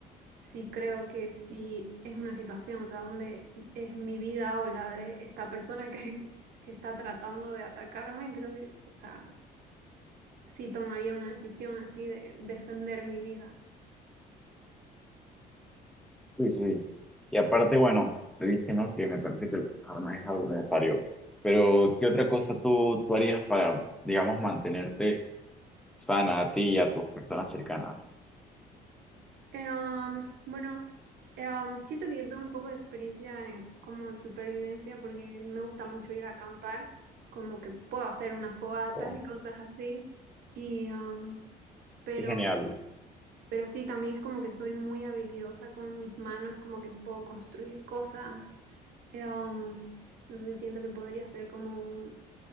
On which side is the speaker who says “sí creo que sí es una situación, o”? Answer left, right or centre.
Right